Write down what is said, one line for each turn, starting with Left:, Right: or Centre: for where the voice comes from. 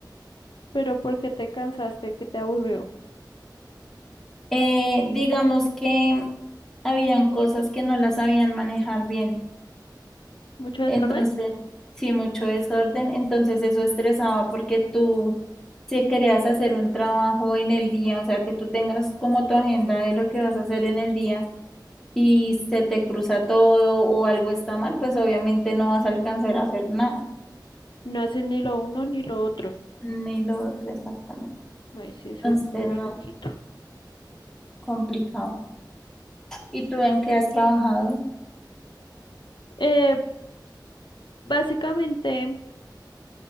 Left: Pero ¿por qué te cansaste? ¿Qué te aburrió?
Centre: Eh, digamos que habían cosas que no las sabían manejar bien.
Left: ¿Mucho desorden?
Centre: Entonces, sí, mucho desorden. Entonces eso estresaba porque tú, si querías hacer un trabajo en el día, o sea, que tú tengas como tu agenda de lo que vas a hacer en el día y se te cruza todo o algo está mal, pues obviamente no vas a alcanzar a hacer nada,
Left: No haces ni lo uno ni lo otro.
Centre: ni lo otro exactamente.
Left: Ay, sí, eso
Centre: Entonces,
Left: es muy maluquito.
Centre: no, complicado. ¿Y tú en qué has trabajado?
Left: Eh, básicamente,